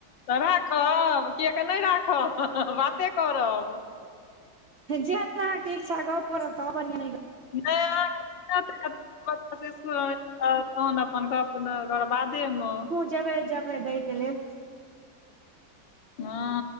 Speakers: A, on the left; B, on the right.
A: तऽ राखब कि एखन नहि राखब बाते करब
B: जेहन अहाँके इच्छा गप करब त बढ़ियां नय कर
A: नहि बड़ा दिक्कत भ जायत बच्चा सब के स्कूल आनै तऽ तहन अपन गप न ओकर बादे म
B: जबै जबै दइके लेल
A: हँ